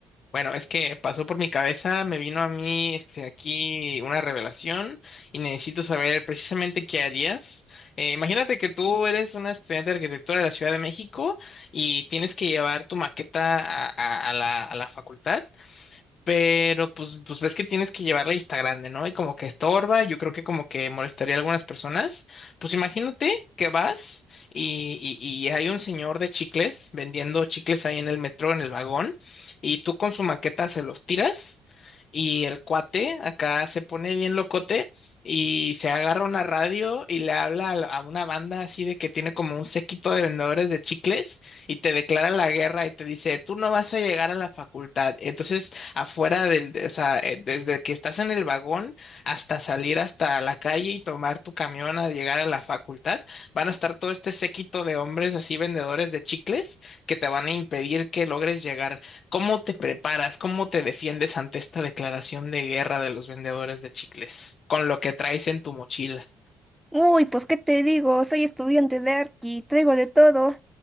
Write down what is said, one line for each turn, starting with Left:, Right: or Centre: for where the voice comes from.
Left: Bueno, es que pasó por mi cabeza, me vino a mí este, aquí una revelación y necesito saber precisamente qué harías. Eh, imagínate que tú eres una estudiante de arquitectura de la Ciudad de México y tienes que llevar tu maqueta a, a- a la, a la facultad Pero pues, pues ves que tienes que llevarla y está grande, ¿no? Y como que estorba, yo creo que como que molestaría a algunas personas. Pues imagínate que vas y, y, y hay un señor de chicles vendiendo chicles ahí en el metro, en el vagón, y tú con su maqueta se los tiras y el cuate acá se pone bien locote y se agarra una radio y le habla a, la- a una banda así de que tiene como un séquito de vendedores de chicles y te declara la guerra y te dice, tú no vas a llegar a la facultad. Entonces afuera del, de- o sea, eh, desde que estás en el vagón hasta salir hasta la calle y tomar tu camión a llegar a la facultad, van a estar todo este séquito de hombres así vendedores de chicles que te van a impedir que logres llegar. ¿Cómo te preparas? ¿Cómo te defiendes ante esta declaración de guerra de los vendedores de chicles con lo que traes en tu mochila?
Centre: Uy, pues qué te digo, soy estudiante de arqui, traigo de todo.